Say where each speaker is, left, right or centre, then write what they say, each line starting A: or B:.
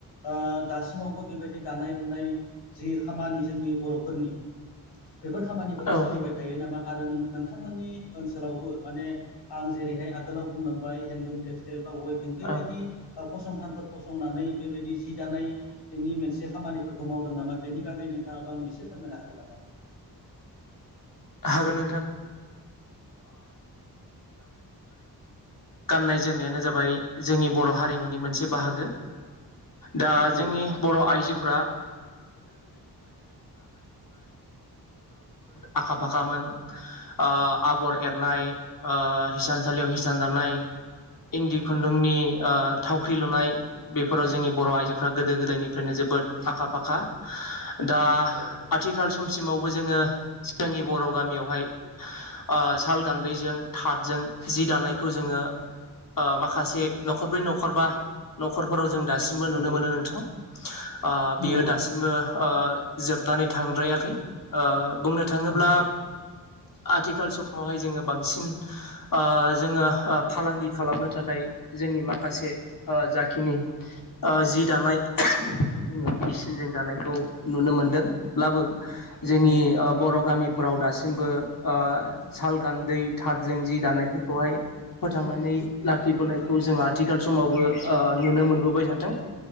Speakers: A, on the left; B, on the left.
A: ओ दासिमावबो बेबायदि दानाय-लुनाय जि खामानि जोंनि बर'फोरनि बेफोर खामानिफोरा
B: औ
A: सोलिबाय थायो नामा आरो नों बिथांमोननि ओनसोलावबो माने आं जेरैहाय आगोलाव बुंलांबाय हेन्दलुम टेक्सटाइल वेबिं बेबायदि
B: औ
A: फसंथानफोर फसंनानै बेबायदि जि दानायनि मोनसे खामानिफोरखौ मावदों नामा बेनि बागै नोंथाङाबो आंनो इसे फोरमायना होगोन नामा?
B: हागोन गाननाय-जोमनायानो जाबाय जोंनि बर' हारिमुनि मोनसे बाहागो दा
A: औ
B: जोंनि
A: औ
B: बर' आइजो फोरा आखा-फाखामोन ओ आगर एरनाय ओ हिसानसालियाव हिसान दानाय इन्दि खुन्दुंनि ओ थावख्रि लुनाय बे फोराव जोंनि बर' आइजोफ्रा गोदो-गोदायनिफ्रायनो जोबोद आखा-फाखा दा
A: औ औ
B: आथिखाल समसिमावबो जोङो जोंनि बर' गामियावहाय ओ साल गान्दैजों थादजों जि दानायखौ जोङो ओ माखासे न'खरब्रै न'खरबा न'खरफोराव जों दासिमबो
A: नंगौ
B: नुनो मोनो नोंथां ओ बियो
A: नंगौ
B: दासिमबो
A: नंगौ
B: जोबनानै थांद्रायाखै ओ बुंनो थाङोब्ला
A: नंगौ
B: आथिखाल समावहाय जोङो बांसिन ओ जोङो फालांगि खालामनो थाखाय जोंनि माखासे ओ जाखिनि ओ जि दानाय जोङो मिचिनजों दानायखौ नुनो मोनदोंब्लाबो जोंनि
A: नंगौ
B: ओ बर'
A: नंगौ
B: औ दासिमबो ओ साल गान्दै थादजों जि दानायफोरखौहाय फोथांनानै लाखिबोनायखौ जों आथिखाल समावबो ओ नुनो मोनबोबाय थादों